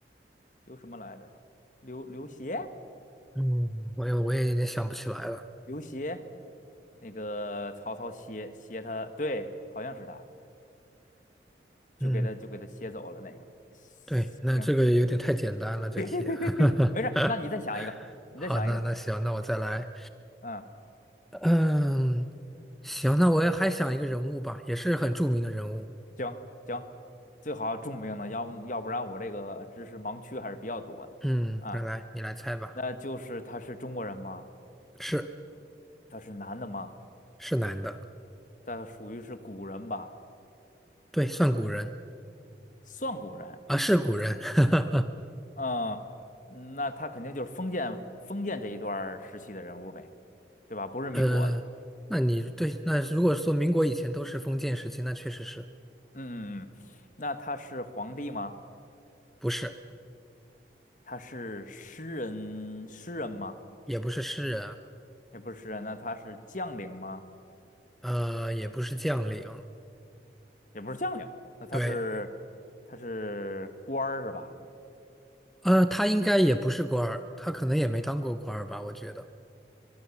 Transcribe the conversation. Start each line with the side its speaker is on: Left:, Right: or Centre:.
Left: 刘什么来着？刘刘协，
Centre: 嗯，我也我也有点想不起来了，
Left: 刘协，那个曹操协协他，对，好像是他。就给他就给他歇走了那个。
Centre: 嗯，对，那这个有点太简单了，
Left: 行，<laughs>
Centre: 这题，
Left: 没事儿，
Centre: <laughs>
Left: 那你再想一个，你再想一个，
Centre: 好，那那行，那我再来，
Left: 嗯，
Centre: 嗯，行，那我也还想一个人物吧，也是很著名的人物，
Left: 行行，最好重病的，要要不然我这个知识盲区还是比较多的啊。
Centre: 嗯，来来，你来猜吧，
Left: 那就是他是中国人吗？
Centre: 是。
Left: 他是男的吗？
Centre: 是男的，
Left: 他属于是古人吧？
Centre: 对，算古人
Left: 算古人，
Centre: 啊，是古人。<laughs>
Left: 嗯，那他肯定就是封建封建这一段儿时期的人物呗，对吧？不是民国的，
Centre: 呃，那你对，那如果说民国以前都是封建时期，那确实是
Left: 嗯嗯嗯，那他是皇帝吗？
Centre: 不是，
Left: 他是诗人，诗人吗？
Centre: 也不是诗人，
Left: 也不是诗人，那他是将领吗？
Centre: 呃，也不是将领，
Left: 也不是将领，那他是
Centre: 对，
Left: 他是官儿是吧？
Centre: 呃，他应该也不是官儿，他可能也没当过官儿吧，我觉得，